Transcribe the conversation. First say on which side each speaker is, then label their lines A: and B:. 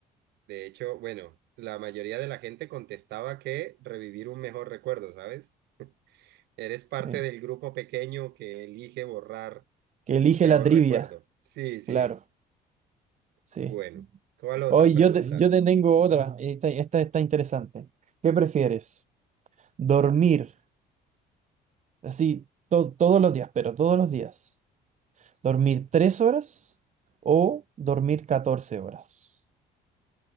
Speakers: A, on the right; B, on the right.
A: De hecho, bueno, la mayoría de la gente contestaba que revivir un mejor recuerdo, ¿sabes? Eres parte
B: Sí.
A: del grupo pequeño que elige borrar
B: Que elige
A: un peor
B: la trivia,
A: recuerdo. Sí, sí.
B: claro, sí.
A: Bueno, ¿cuál otra
B: Hoy
A: pregunta?
B: yo te, yo te tengo otra. Esta, esta está interesante. ¿Qué prefieres? ¿Dormir así to- todos los días, pero todos los días? ¿Dormir tres horas o dormir 14 horas?